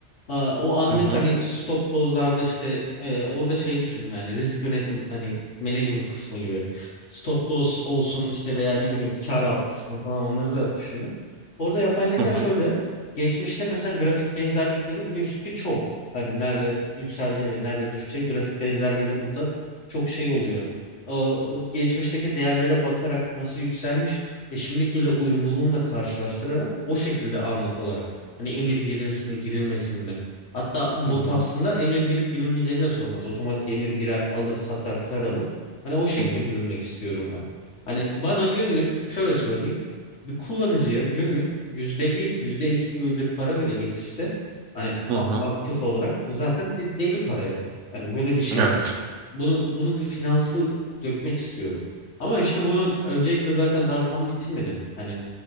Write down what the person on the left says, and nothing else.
Aa, O anlık
hani stop loss'larda işte e, orada şey düşündüm yani risk yönetim hani management kısmı gibi. Stop loss olsun işte veya ne bileyim kar al kısmı falan onları da düşündüm. Orada yapay zeka
şöyle geçmişte mesela grafik benzerlikleri biliyorsun ki çok. Hani nerede yükseleceği ve nerede düşeceği grafik benzerliği de burada çok şey oluyor. O, geçmişteki değerlere bakarak nasıl yükselmiş ve şimdikiyle uyumluluğunu da karşılaştırarak o şekilde anlık olarak hani emir girilsin mi girilmesin mi Hatta bot
aslında emir girip girilmeyeceğini de sormaz. Otomatik emir girer, alır, satar, kar alır. Hani o şekle
bürünmek istiyorum ben. Hani bana günlük şöyle söyleyeyim. Bir kullanıcıya günlük yüzde bir, yüzde iki gibi bir para bile getirse hani
a-
aktif olarak zaten de- deli para yapar. Hani böyle bir şey.
Bunu bunu bir finansı dökmek istiyorum. Ama işte bunu öncelikle zaten daha tam bitirmedim. Hani